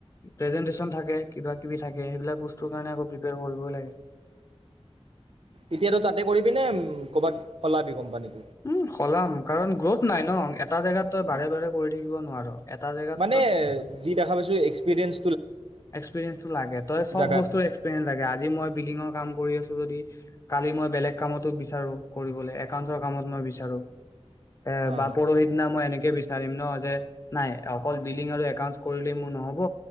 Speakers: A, on the left; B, on the right.
A: প্ৰেজেনটেচন থাকে। কিবা কিবি থাকে সেইবিলাক বস্তুৰ কাৰণে আকৌ প্ৰিপেয়াৰ কৰিবই লাগে।
B: এতিয়া তই তাতে কৰিবিনে, কৰ'বাত সলাবি কোম্পানী?
A: উম সলাম। কাৰণ গ্ৰোথ নাই ন টা জেগাত তই বাৰে বাৰে কৰি থাকিব নোৱাৰ এটা জেগাত
B: মানে, যি দেখা পাইছোঁ, এক্সপেৰিয়েঞ্চ
A: এক্সপেৰিয়েন্সটো লাগে তই চব
B: জাগাত
A: বস্তুৰ এক্সপেৰিয়েন্স লাগে, আজি মই বিল্ডিঙৰ কাম কৰি আছো যদি কালি মই বেলেগ কামতো বিচাৰো কৰিবলৈ একাওন্স কামত মই বিচাৰো। এ
B: অ
A: বা পৰোহিত না মই এনেকে বেলেগ কে বিচাৰিম ন' যে নাই অকল বিলংৰ একাওস্ন্স মোৰ নহ'ব